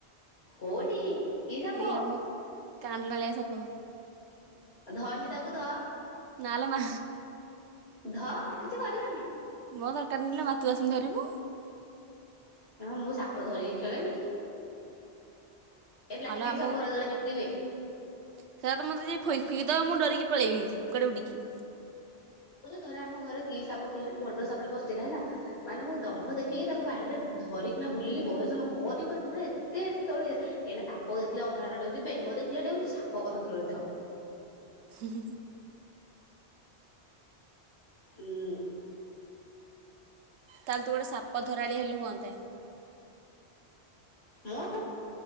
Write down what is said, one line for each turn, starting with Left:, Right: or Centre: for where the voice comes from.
Left: କୋଉଠି? କି ସାପ
Right: ଏଇ ଆମ କାଣ୍ଡଣାଳିଆ ସାପ।
Left: ଧନୀ ତାକୁ ଧ।
Right: ନାଲୋ ମା।
Left: ଧ କିଛି କରିବନି।
Right: ମୋ ଦରକାର ନାଇଲୋ ମା ତୁ ଆସୁନୁ ଧରିବୁ।
Left: ହଁ, ମୁଁ ସାପ ଧରିକି ଖେଳେନି। ଏ ପ୍ଲାଷ୍ଟିକ
Right: ଆଲୋ ଆମ
Left: ସାପ ଗୁରା ଯୋଉରା ବିକ୍ରି ହୁଏ।
Right: ସେଇଟା ତ ମତେ ଯେ ଫ ଫିଙ୍କି ତ ମୁଁ ଡରିକି ପଳେଇବି। କୁଆଡେ ଉଡ଼ିକି
Left: ଥରେ ଆମ ଘରେ କିଏ ସାପ କିଏ ଆଣେ ବଡ ସାପଟେ ପସିଥିଲା ହେଲା। ମାନେ ମୁଁ ଦମ୍ଭ ଦେଖେଇକି ତାକୁ ବାଡିରେ ଧରିକିନା ବୁଲିଲି ବହେ ସମୟ କହନି ବ ମାନେ ଏତେ ସେତେବେଳେ ଏଇନା ସାପ ଦେଖିଲେ ଅଧାବାଟ ଡେଉଁଛି ବେଙ୍ଗ ଦେଖିଲେ ଡେଉଁଛି ସାପ କଥା ଦୂରରେ ଥାଉ।
Right: <inaudible>
Left: ହୁଁ।
Right: ତାହେଲେ ତୁ ଗୋଟେ ସାପ ଧରାଳି ହେଲେ ହୁଅନ୍ତା।
Left: ମୁଁ